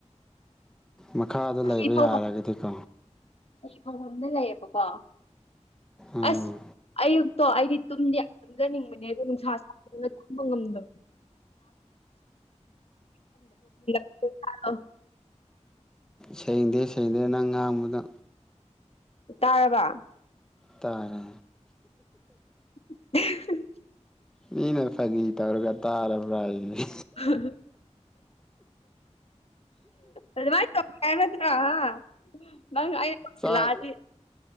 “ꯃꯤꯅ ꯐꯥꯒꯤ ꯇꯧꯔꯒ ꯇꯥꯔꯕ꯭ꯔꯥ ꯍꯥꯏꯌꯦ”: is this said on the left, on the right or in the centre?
Centre